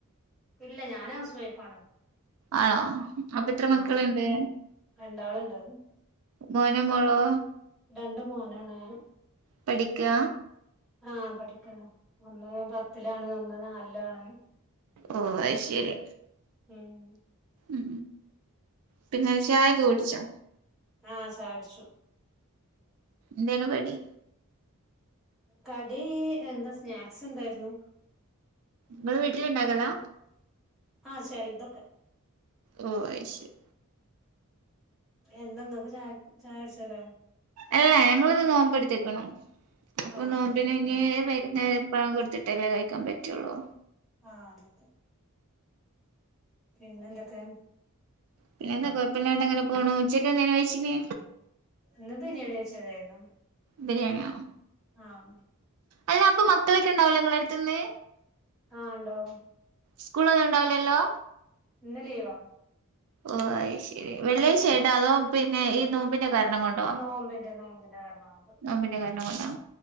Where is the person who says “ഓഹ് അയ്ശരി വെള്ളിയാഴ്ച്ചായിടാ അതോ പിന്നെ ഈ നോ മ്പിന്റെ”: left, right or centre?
Right